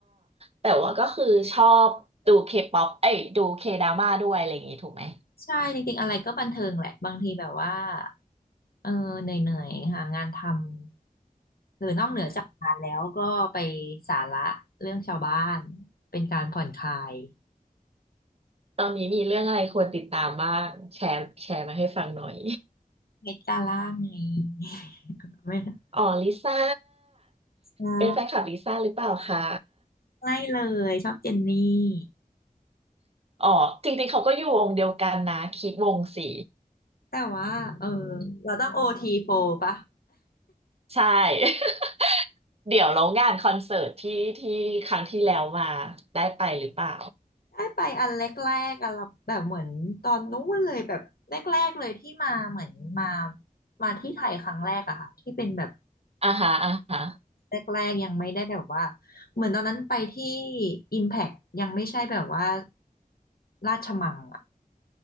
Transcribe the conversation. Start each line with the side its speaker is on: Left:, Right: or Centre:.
Right: แต่ว่าก็คือชอบดูเคป๊อปเอ้ยดูเคดราม่าด้วยอะไรอย่างนี้ถูกไหม
Left: ใช่จริงๆอะไรก็บันเทิงแหละบางทีแบบว่าเออเหนื่อยๆหางานทำหรือนอกเหนือจากงานแล้วก็ไปสาระเรื่องชาวบ้านเป็นการผ่อนคลาย
Right: ตอนนี้มีเรื่องอะไรควรติดตามบ้างแชร์แชร์มาให้ฟังหน่อย
Left: เพชรจ้าล่าไง <laughs> ไม่
Right: อ๋อลิซ่า
Left: ใช่
Right: เป็นแฟนคลับลิซ่าหรือเปล่าคะ
Left: ไม่เลยชอบเจนนี่
Right: อ๋อจริงๆเขาก็อยู่วงเดียวกันนะคิดวงสี
Left: แต่ว่าเออเราต้องโอทีโฟปะ
Right: ใช่ <laughs> เดี๋ยวเรางานคอนเสิร์ตที่ที่ครั้งที่แล้วมาได้ไปหรือเปล่า
Left: ได้ไปอันแรกๆอะเราแบบเหมือนตอนนู้นเลยแบบแรกๆเลยที่มาเหมือนมามาที่ไทยครั้งแรกอะค่ะที่เป็นแบบ
Right: อ่าฮะอ่าฮะ
Left: แรกๆยังไม่ได้แบบว่าเหมือนตอนนั้นไปที่ Impact ยังไม่ใช่แบบว่าราชมังอะ